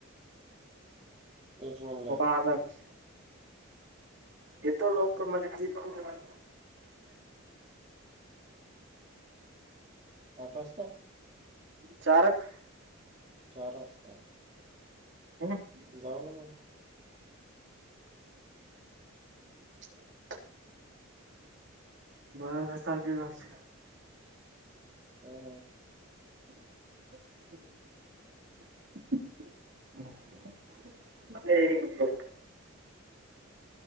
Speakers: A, on the right; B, on the right.
A: तेच म्हणलं
B: होक आजच. येतो लोक तर म्हज जीत ना.
A: <unintelligible>
B: चारक.
A: चार वाजता.
B: हो न.
A: जाऊ ना मग
B: <unintelligible> वाघा सारखे घास.
A: हो.
B: <unintelligible> ते.